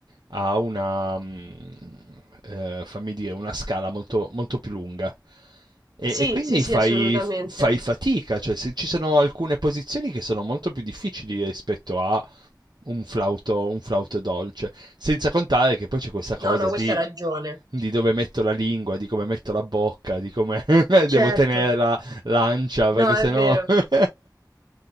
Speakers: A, on the right; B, on the right.
A: ha una, mm, eh, fammi dire, una scala molto, molto più lunga. E,
B: Sì,
A: e quindi
B: sì, sì,
A: fai,
B: assolutamente.
A: fai fatica, cioè se- ci sono alcune posizioni che sono molto più difficili rispetto a un flauto, un flauto dolce. Senza contare che poi c'è questa cosa
B: No, no, questa
A: di,
B: ha ragione.
A: di dove metto la lingua, di come metto la bocca, di come <laughs> devo
B: Certo.
A: tenere la l'ancia,
B: No,
A: perché sennò...
B: è vero.
A: <laughs>